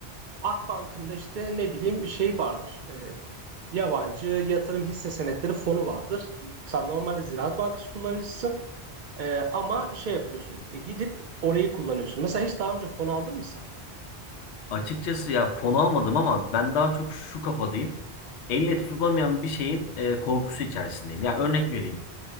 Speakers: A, on the right; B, on the left.
A: Akbank'ın da işte ne bileyim bir şey vardır. E, yabancı yatırım hisse senetleri fonu vardır. Sen normalde Ziraat Bankası kullanıcısın e, ama şey yapıyorsun e, gidip orayı kullanıyorsun. Mesela hiç daha önce fon aldın mı sen?
B: Açıkçası ya fon almadım ama ben daha çok şu kafadayım. Elle tutulamayan bir şeyin e, korkusu içerisindeyim. Ya örnek vereyim.